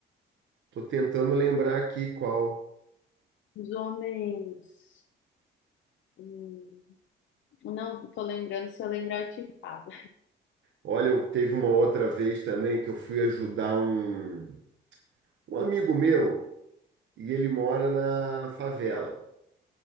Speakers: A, on the right (about 70°); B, on the left (about 75°).
A: Tô tentando lembrar aqui qual.
B: Os homens. hum, não tô lembrando, se eu lembrar eu te falo.
A: Olha, eu teve uma outra vez também que eu fui ajudar um, um amigo meu e ele mora na favela.